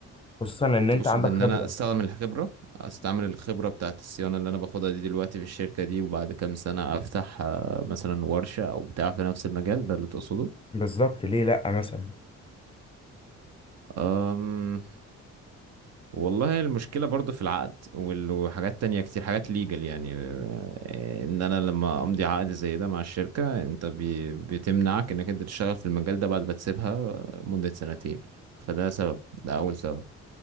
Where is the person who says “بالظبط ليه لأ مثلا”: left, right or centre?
Left